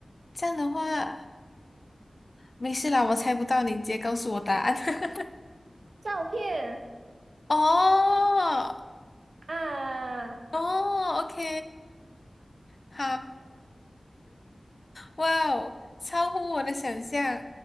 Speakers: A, on the left; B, on the right.
A: 这样的话，没事啦，我猜不到，你直接告诉我答案。<laughs>
B: 照片
A: 哦，
B: 啊，
A: 哦，OK，好，哇哦，超乎我的想象。